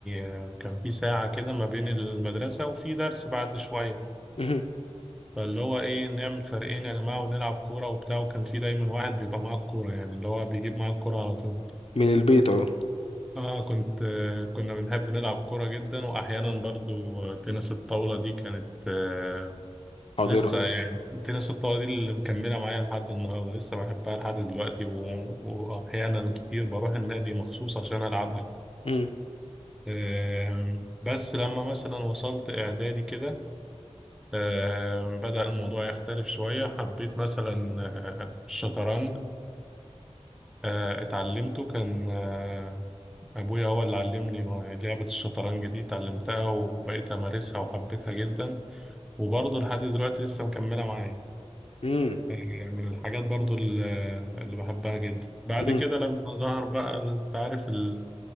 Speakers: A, in the centre; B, on the left.
A: آه، كان في ساعة كده ما بين المدرسة وفي درس بعد شوية
B: مم.
A: فاللي هو ايه نعمل فريقين يا جماعة ونلعب كورة وبتاع وكان في دايما واحد بيبقى معاه الكورة يعني اللي هو بيجيب معاه الكورة على طول
B: من البيت أه
A: اه كنت آه كنا بنحب نلعب كورة جدا واحيانا برضو آه، تنس الطاولة دي كانت آه
B: حاضرة
A: لسه يعني تنس الطاولة دي اللي مكملة معايا لحد النهاردة لسه بحبها لحد دلوقتي و- واحيانا كتير بروح النادي مخصوص عشان العبها
B: مم.
A: آه بس لما مثلا وصلت اعدادي كده آه، بدأ الموضوع يختلف شوية حبيت مثلا آه، الشطرنج آه، اتعلمته كان آه، أبويا هو اللي علمني لعبة الشطرنج دي اتعلمتها وبقيت أمارسها وحبيتها جدا وبرضه لحد دلوقتي لسه مكملة معايا
B: مم.
A: آه، من الحاجات برضه ال- اللي بحبها جدا بعد
B: مم.
A: كده لما ظهر بقى أنت عارف ال-